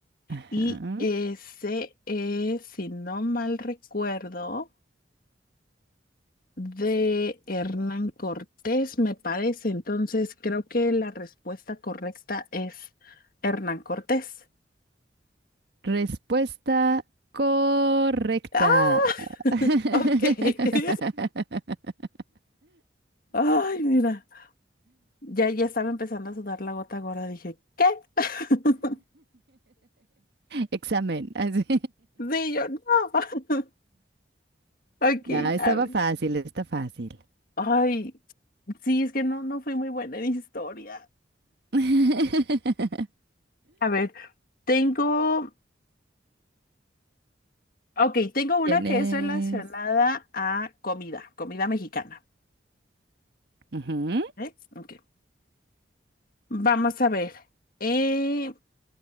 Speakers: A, on the right (about 60°); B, on the left (about 50°).
A: Ajá.
B: Y ese es, si no mal recuerdo, de Hernán Cortés, me parece. Entonces creo que la respuesta correcta es Hernán Cortés.
A: Respuesta correcta.
B: ¡Ah! <laughs>
A: <laughs>
B: Ok. <laughs> Ay, mira. Ya, ya estaba empezando a sudar la gota gorda. Dije, ¿qué? <laughs>
A: Examen. así.
B: Sí, yo no. <laughs> Ok,
A: Ya,
B: a
A: estaba
B: ver.
A: fácil, está fácil.
B: Ay, sí, es que no, no fui muy buena en historia.
A: <laughs>
B: A ver, tengo, ok, tengo una
A: Tienes.
B: que es relacionada a comida, comida mexicana.
A: Ujú,
B: ¿eh? Ok, vamos a ver. Eh,